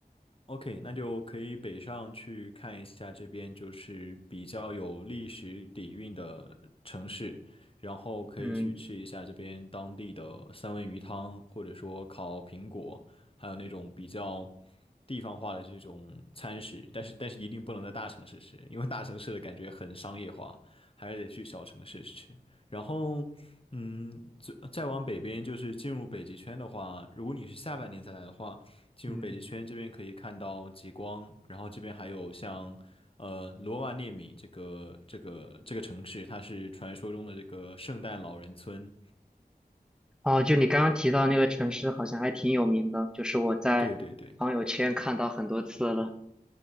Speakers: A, on the left (about 35°); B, in the centre.
A: OK，那就可以北上去看一下这边就是比较有历史底蕴的城市，然后可以去吃一下这边当地的三文鱼汤，
B: 嗯
A: 或者说烤苹果，还有那种比较地方化的这种餐食。但是但是一定不能在大城市吃，因为大城市的感觉很商业化，还是得去小城市吃。然后，嗯，再再往北边就是进入北极圈的话，如果你是下半年再来的话。进入北极圈这边可以看到极光，
B: 嗯，
A: 然后这边还有像呃罗瓦涅米这个这个这个城市，它是传说中的这个圣诞老人村。
B: 哦，就你刚刚提到那个城市，好像还挺有名的，就是我在朋友圈看到很多次了。
A: 对对对，